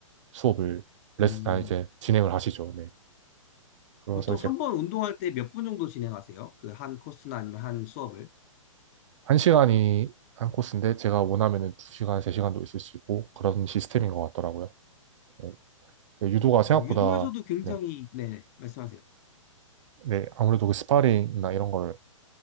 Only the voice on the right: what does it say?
수업을, 레슨,
아, 이제, 진행을 하시죠. 네. 그래서
이제,
한 시간이 한 코스인데, 제가 원하면은 두 시간, 세 시간도 있을 수 있고, 그런 시스템인 것 같더라고요. 네. 네, 유도가
생각보다,
네.
네, 아무래도 그 스파링이나 이런 걸